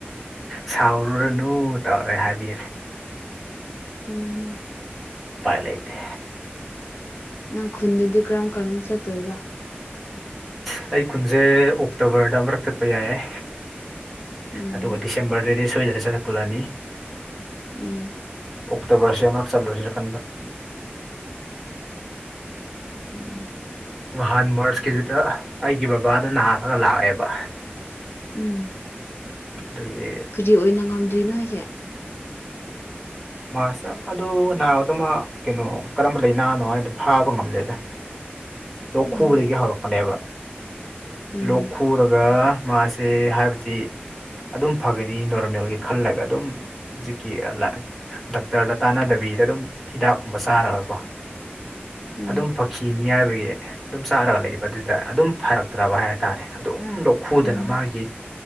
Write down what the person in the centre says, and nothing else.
ꯁꯥꯎꯔꯨꯔꯅꯨ ꯇꯧꯔꯦ ꯍꯥꯏꯕꯤꯔꯦ
ꯄꯥꯏ ꯂꯩ ꯏꯇ
ꯁ ꯑꯩ ꯀꯨꯟꯁꯦ ꯑꯣꯛꯇꯣꯕꯔꯗ ꯑꯃꯔꯛ ꯆꯠꯄ ꯌꯥꯏꯌꯦꯦ
ꯑꯗꯨꯒ ꯗꯤꯁꯦꯝꯕꯔꯗꯨꯗꯤ ꯁꯣꯏꯗꯅ ꯆꯠꯂꯛꯄꯂꯑꯅꯤ
ꯑꯣꯛꯇꯣꯕꯔꯁꯤ ꯑꯃꯨ ꯆꯠꯂꯨꯔꯁꯤꯔꯀꯟꯕ
ꯅꯍꯥꯟ ꯃꯥꯔꯁꯀꯤꯗꯨꯗ ꯑꯩꯒꯤ ꯕꯕꯥꯗ ꯅꯥꯔꯒ ꯂꯥꯛꯑꯦꯕ
ꯑꯗꯨꯒꯤ
ꯃꯥꯔꯁ ꯑꯗꯨ ꯅꯥꯕꯗꯃ ꯀꯩꯅꯣ ꯀꯔꯝꯕ ꯂꯩꯥꯏꯅꯥꯅꯣ ꯍꯥꯏꯗ ꯐꯥꯕ ꯉꯝꯗꯦꯗ ꯂꯣꯛ
ꯈꯨꯕꯗꯒꯤ ꯍꯧꯔꯛꯄꯅꯦꯕ
ꯂꯣꯛ ꯈꯨꯔꯒ ꯃꯥꯁꯦ ꯍꯥꯏꯕꯗꯤ ꯑꯗꯨꯝ ꯐꯒꯅꯤ ꯅꯣꯔꯃꯦꯜꯒꯤ ꯈꯜꯂꯒ ꯑꯗꯨꯝ ꯍꯧꯖꯤꯛꯀꯤ ꯗꯥꯛꯇꯔ ꯂꯇꯥꯅꯗꯕꯤꯗ ꯑꯗꯨꯝ ꯍꯤꯗꯥꯛꯀꯨꯝꯕ ꯁꯥꯔꯒꯀꯣ
ꯑꯗꯨꯝ ꯐꯛꯁꯤꯅꯤ ꯍꯥꯏꯕꯒꯤ ꯑꯗꯨꯝ ꯆꯥꯔꯒ ꯂꯩꯕ ꯑꯗꯨꯗ ꯑꯗꯨꯝ ꯐꯔꯛꯇ꯭ꯔꯕ ꯍꯥꯏꯇꯥꯔꯦ ꯑꯗꯨ ꯁꯨꯝ ꯂꯣꯛꯈꯨꯗꯅ
ꯃꯥꯒꯤ